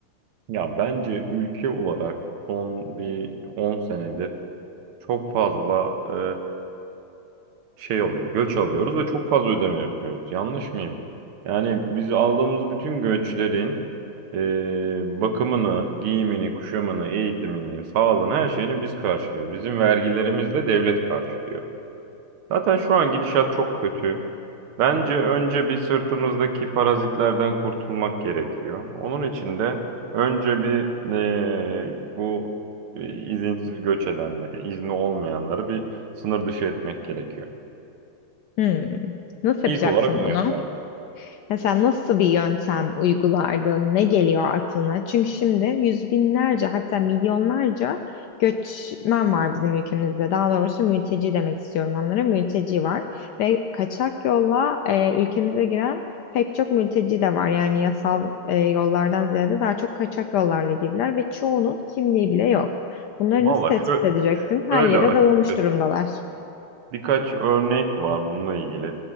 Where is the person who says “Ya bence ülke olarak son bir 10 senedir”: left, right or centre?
Right